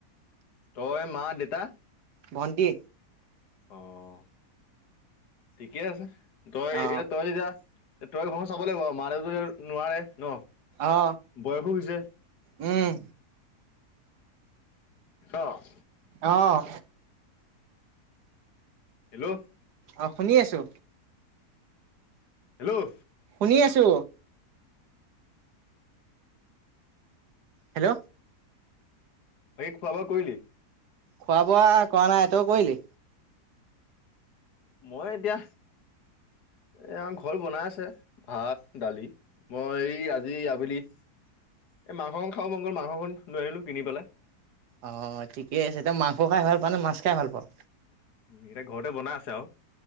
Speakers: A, on the left; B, on the right.
A: তই মা দেউতা
B: ভণ্টি।
A: অ' ঠিকে আছে তই
B: অ
A: এই তই যেতিয়া তই ঘৰ চাব লাগিব মা দেউতাই নোৱাৰে ন
B: অ
A: বয়সো হৈছে।
B: উম।
A: অ'।
B: অ'।
A: হেল্ল'!
B: অ' শুনি আছো।
A: হেল্ল'!
B: শুনি আছো। হেল্ল'!
A: বাকী, খোৱা-বোৱা কৰিলি?
B: খোৱা-বোৱা কৰা নাই। তই কৰিলি?
A: মই এতিয়া এয়া ঘৰত বনাই আছে ভাত, দালি। মই এই আজি আবেলি এই মাংস অকন খাব মন গল, মাংস অকন লৈ আনিলো কিনি পেলাই।
B: অ' ঠিকেই আছে, এতিয়া মাংস খাই ভাল পোৱা নে মাছ খাই ভাল পোৱা?
A: উম, এতিয়া ঘৰতে বনাই আছে আৰু।